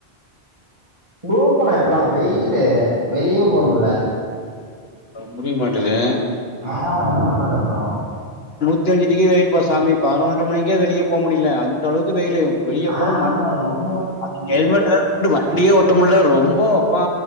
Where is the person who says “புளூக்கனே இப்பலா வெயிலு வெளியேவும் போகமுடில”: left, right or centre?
Right